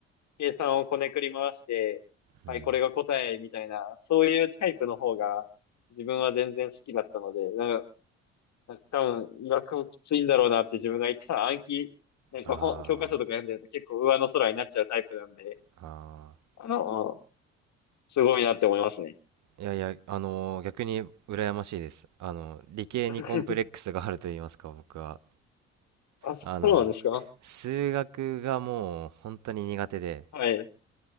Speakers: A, on the left; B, on the right.
A: 計算をこねくり回して、
B: うん、
A: はい、これが答えみたいな、そういうタイプの方が自分は全然好きだったので、なんか、なんか多分、医学もきついんだろうなって自分が言ったら暗記、なんか本、
B: あ
A: 教科書とか読んでると結構上の空になっちゃうタイプなんで、
B: あ、ああ。
A: あの、すごいなって思いますね。
B: いやいや、あのー逆に羨ましいです。あの、理系にコンプレックスがあると言いますか、
A: <laughs>
B: 僕は。
A: あ、そうなんですか
B: あの、数学がもう本当に苦手で、
A: はい。